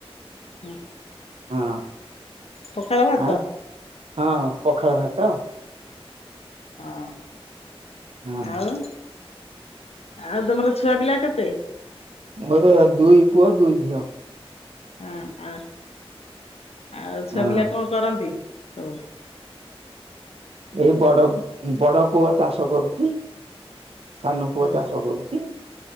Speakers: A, on the left; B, on the right.
A: ହଁ
B: ହଁ।
A: ପଖାଳ ଭାତ?
B: ଆଉ ହଁ ପଖାଳ ଭାତ
A: ଓ
B: ହଁ
A: ଆଉ, ଆଉ ତମର ଛୁଆ ପିଲା କେତେ?
B: ମୋର ଦୁଇ ପୁଅ ଦୁଇ ଝିଅ।
A: ହଁ ଆ ଆଉ
B: ହଁ
A: ଛୁଆ ପିଲା କଣ କରନ୍ତି ସବୁ
B: ଏଇ ବଡ ବଡ ପୁଅ ଚାଷ କରୁଛି ସାନ ପୁଅ
A: ହଁ
B: ଚାଷ କରୁଛି